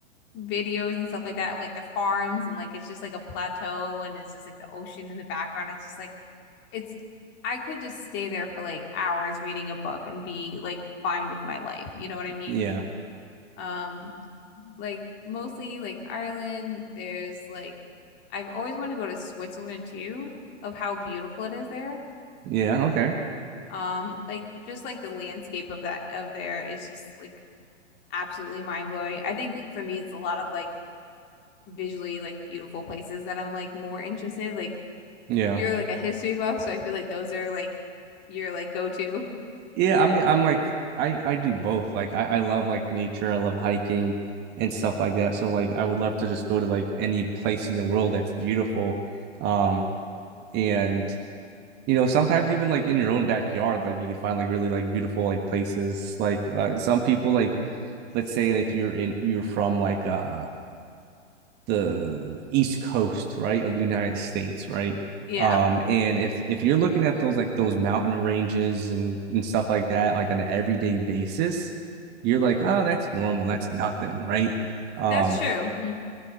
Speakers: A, on the left; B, on the right.
A: videos and stuff like that, of, like the farms and like it's just like a plateau and it's just like the ocean in the background. It's just like it's I could just stay there for like hours reading a book and be like fine with my life. You know what I mean?
B: Yeah,
A: Um, like mostly like Ireland, there's like I've always wanted to go to Switzerland too, of how beautiful it is there.
B: yeah. Okay,
A: Um, like just like the landscape of that of there is just like absolutely mind blowing. I think for me it's a lot of like visually like beautiful places that I'm like more interested. Like
B: yeah.
A: you're like a history buff, so I feel like those are like your like go to.
B: Yeah, I mean, I'm like I I do both. Like I I love like nature, I love hiking and stuff like that. So like I would love to just go to like any place in the world that's beautiful. Um and you know, sometimes even like in your own backyard, like you could find like really like beautiful like places. Like uh some people like let's say if you're in you're from like uh the east coast right of the united states right
A: Yeah.
B: um and if if you're looking at those like those mountain ranges and and stuff like that like on an everyday basis you're like oh that's normal that's nothing right um
A: That's true. <laughs>